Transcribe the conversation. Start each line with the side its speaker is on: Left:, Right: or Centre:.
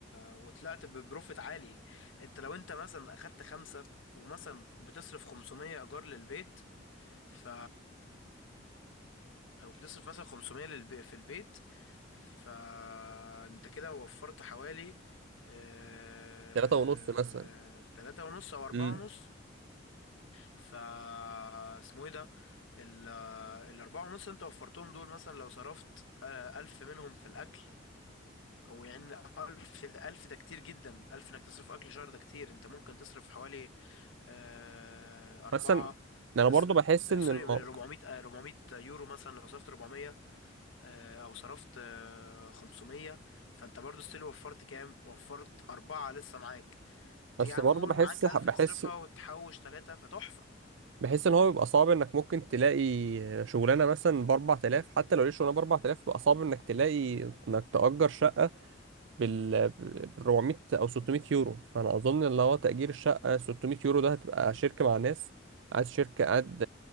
Left: وطلعت ببروفيت عالي انت لو انت مثلا اخدت خمسة ومثلا بتصرف 500 ايجار للبيت ف او بتصرف مثلا 500 للب... في البيت فانت كده وفرت حوالي آه...
Right: 3 ونص مثلا
Left: تلاتة ونص او اربعة
Right: امم
Left: ونص ف اسمه ايه ده ال- الاربعة ونص اللي انت وفرتهم دول مثلا لو صرفت آه، الف منهم في الاكل او يعني الف الف ده كتير جدا الف انك تصرف اكل شهر ده كتير انت ممكن تصرف حوالي آه، أربعة
Right: مثلا انا
Left: تصرف
Right: برضو بحس ان
Left: سوري
Right: الموضوع
Left: 400 آه، 400 يورو مثلا لو صرفت 400 آه، او صرفت آه، 500 فانت برضو ستيل وفرت كام وفرت أربعة لسه معاك
Right: بس
Left: يا عم
Right: برضه
Left: قول
Right: بحس
Left: معاك
Right: بحس
Left: 1000 تصرفها وتحوش ثلاثة فتحفة
Right: بحس ان هو بيبقى صعب انك ممكن تلاقي شغلانه مثلا ب 4000 حتى لو ليش شغلانه ب 4000 بيبقى صعب انك تلاقي انك تأجر شقه بال بال 400 او 600 يورو فانا اظن اللي هو تأجير الشقه 600 يورو ده هتبقى شركه مع ناس قاعد شركه قاعد